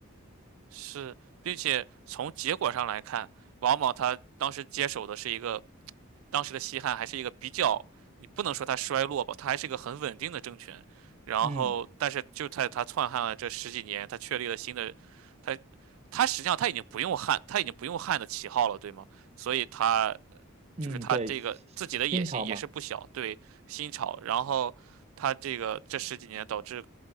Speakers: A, on the right; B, on the right.
A: 是，并且从结果上来看，王莽他当时接手的是一个，当时的西汉还是一个比较，你不能说它衰落吧，它还是一个很稳定的政权。然后，
B: 嗯
A: 但是就在他篡汉了这十几年，他确立了新的，他他实际上他已经不用汉，他已经不用汉的旗号了，对吗？所以他
B: 嗯，
A: 就是他这个自己的野心也是不小，
B: 对，新朝嘛。
A: 对新朝。然后他这个这十几年导致